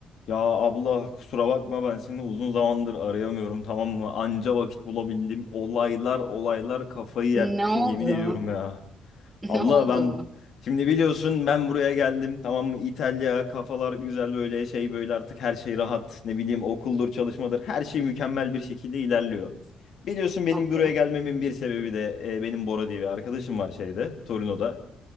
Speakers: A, on the left; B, on the right.
A: Ya abla kusura bakma ben seni uzun zamandır arayamıyorum tamam mı? Anca vakit bulabildim. Olaylar olaylar kafayı yersin
B: Ne oldu?
A: yemin ediyorum ya.
B: <laughs>
A: Abla
B: Ne oldu?
A: ben şimdi biliyorsun ben buraya geldim tamam mı? İtalya kafalar güzel böyle şey böyle artık her şey rahat. Ne bileyim okuldur çalışmadır her şey mükemmel bir şekilde ilerliyor. Biliyorsun benim
B: Okey,
A: buraya gelmemin bir sebebi de e, benim Bora diye bir arkadaşım var şeyde Torino'da.